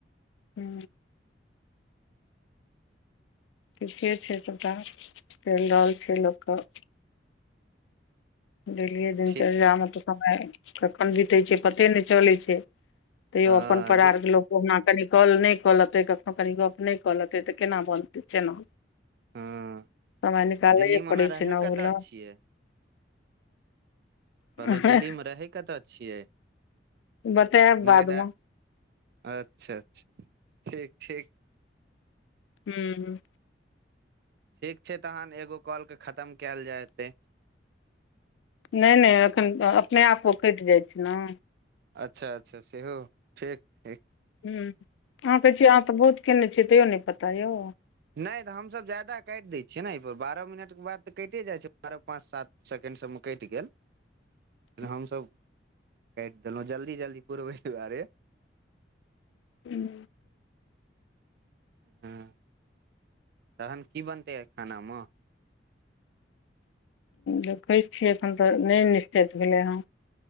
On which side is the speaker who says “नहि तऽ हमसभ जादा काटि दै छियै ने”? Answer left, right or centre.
Right